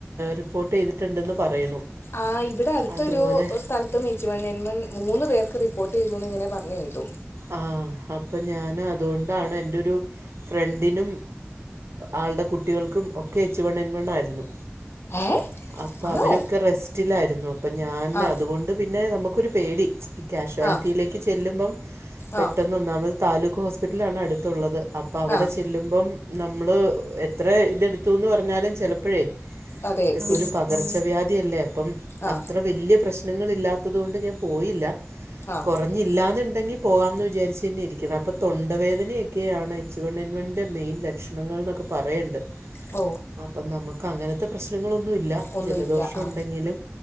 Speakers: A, on the right; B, on the left.
A: റിപ്പോർട്ട് ചെയ്തിട്ടുണ്ടെന്ന് പറയണു.
B: ആ ഇവിടെ അടുത്തൊരു
A: അതുപോലെ
B: സ്ഥലത്ത് എച്ച് വൺ എൻ വൺ മൂന്ന് പേർക്ക് റിപ്പോർട്ട് ചെയ്തുന്ന് ഇങ്ങനെ പറഞ്ഞു കേട്ടു.
A: ആഹ് അപ്പം ഞാൻ അതുകൊണ്ടാണ് എൻ്റെ ഒരു ഫ്രണ്ടിനും ആളുടെ കുട്ടികൾക്കും ഒക്കെ എച്ച്‌ വൺ എൻ വണ്ണായിരുന്നു.
B: ഏ
A: അപ്പൊ
B: ആണോ
A: അവരൊക്കെ റെസ്റ്റ്. റെസ്റ്റിലായിരുന്നു അപ്പൊ ഞാൻ
B: ആ
A: അതുകൊണ്ട് പിന്നെ നമുക്കൊരു പേടി. കാഷ്വാലിറ്റിയിലേക്ക്
B: ആ
A: ചെല്ലുമ്പം പെട്ടെന്ന്
B: ആ
A: ഒന്നാമത് താലൂക്ക് ഹോസ്പിറ്റലാണ് അടുത്തുള്ളത് അപ്പോ അപ്പോ അവടെ
B: ആ
A: ചെല്ലുമ്പം നമ്മൾ എത്ര ഇതെടുത്തുന്ന് പറഞ്ഞാലും ചിലപ്പോഴേ
B: അതെ
A: ഇതൊക്കെ
B: പിടി
A: ഒരു പകർച്ചവ്യാധി അല്ലേ അപ്പം
B: ആ
A: അത്ര വല്യ പ്രശ്നം പ്രശ്നങ്ങളില്ലാത്തത് കൊണ്ട് ഞാൻ പോയില്ല.
B: ആ
A: കുറഞ്ഞില്ലാന്നുണ്ടെങ്കിൽ പോകാമെന്ന് വിചാരിച്ചന്നെ ഇരിക്കണത് അപ്പോ തൊണ്ടവേദനയൊക്കെയാണ് എച്ചു വൺ എൻ വണ്ണിന്റെ മെയിൻ ലക്ഷണ. നങ്ങൾ എന്നൊക്കെ പറയണ്ട്.
B: ഓ
A: അപ്പോ നമുക്ക് അങ്ങനത്തെ പ്രശ്നങ്ങളൊന്നുമില്ല
B: ഒന്നുമില്ല
A: ജലദോഷം
B: ആ
A: ഉണ്ടെങ്കിലും